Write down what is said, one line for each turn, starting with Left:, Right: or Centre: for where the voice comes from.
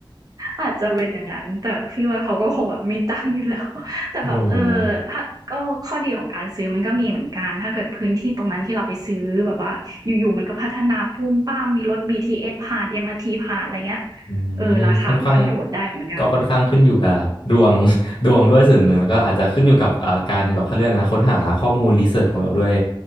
Right: อาจจะเป็นอย่างนั้นแต่พี่ว่าเขาก็คงแบบมีตังค์อยู่แล้วแต่แบบเออถ้าก็ข้อดีของการซื้อมันก็มีเหมือนกันถ้าเกิดพื้นที่ตรงนั้นที่เราไปซื้อแบบว่าอยู่ๆมันก็พัฒนาปุ้มป้ามมีรถ
Left: โอ้
Right: BTS ผ่าน MRT ผ่านอะไรเงี้ย
Left: อืมค่อนข้าง
Right: เออราคามันก็โดดได้เหมือนกัน
Left: ก็ค่อนข้างขึ้นอยู่กับดวง <laughs> ดวงด้วยส่วนหนึ่งแล้วก็อาจจะขึ้นอยู่กับอ่าการแบบเขาเรียกนะค้นหาข้อมูลรีเสิร์ชของเราด้วย